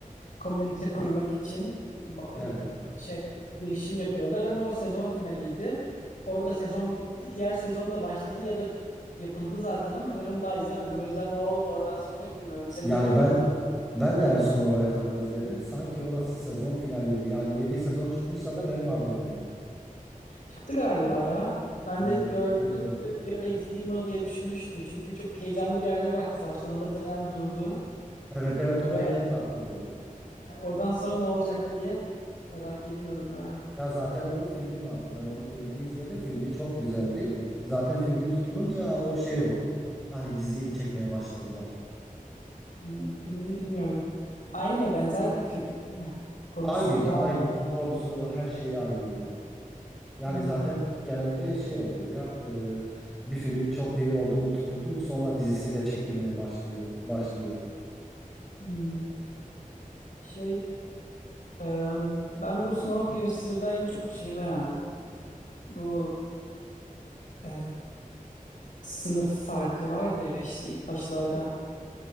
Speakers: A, on the left; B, in the centre.
A: komünite kurmak için ba-
B: Evet.
A: e, şey girişim yapıyorlar ama o sezon finaliydi. Orada sezon bitti. Diğer sezon da başladı ya da yapıldı zaten ama ben onu daha izlemedim. O yüzden ne oldu oradan sonra bilmiyorum. Sen
B: Yani
A: izledin
B: ben
A: mi?
B: ben de en son oraya kadar izledim. Sanki orası sezon finaliydi. Yani yeni sezon çıkmışsa da benim haberim yok.
A: Çıktı galiba ya. Ben
B: Ee, onu
A: de gördüm
B: bilmiyorum.
A: bir ara izleyeyim mi diye düşünmüştüm. Çünkü çok heyecanlı bir yerde bıraktılar. Sonunda tren durdu
B: Evet evet orayı
A: ve
B: ben de hatırlıyorum.
A: oradan sonra ne olacak diye merak ediyorum bayağı.
B: Ya zaten onun filmi vardı. Ben onun filmini izledim. Filmi çok güzeldi. Zaten filmi tutulunca o şey oldu. Hani diziyi çekmeye başladılar.
A: Hmm, filmini bilmiyorum. Aynı mı benzer bir film mi? Konusu
B: Aynıydı,
A: tamam.
B: aynı ko- konusu, her şeyi aynıydı. Yani
A: Ha,
B: zaten genelde şey oluyor ya e, bir film çok iyi oldu mu tutuldu mu sonra dizisi de çekilmeye başlıyor başlıyor.
A: hmm. Şey, em, ben bu Snowpiercer'da en çok şeyi beğendim. Bu e, sınıf farkı var ya işte ilk başlarda